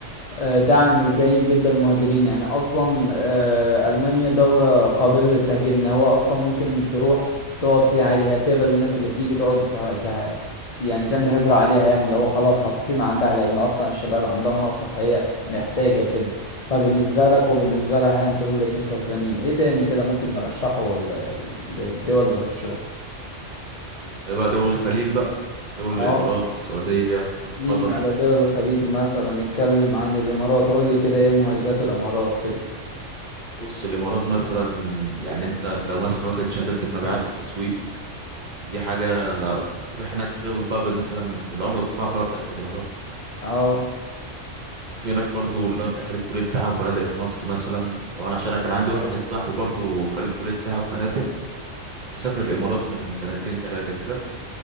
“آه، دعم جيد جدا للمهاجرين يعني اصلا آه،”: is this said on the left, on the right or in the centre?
Left